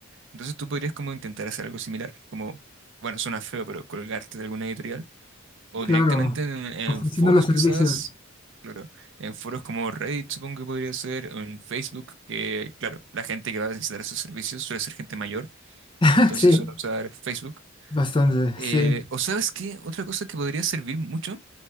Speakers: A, on the right; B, on the left.
A: Entonces tú podrías como intentar hacer algo similar, como, bueno, suena feo, pero colgarte de alguna editorial o
B: claro.
A: directamente en, en
B: Ofreciendo
A: foros
B: los servicios.
A: quizás, claro, en foros como Reddit supongo que podría ser, o en Facebook, que claro, la gente que va a necesitar esos servicios suele ser gente mayor,
B: <laughs>
A: entonces
B: Sí,
A: suele usar Facebook.
B: bastante,
A: Eh,
B: sí.
A: o sabes qué, otra cosa que podría servir mucho,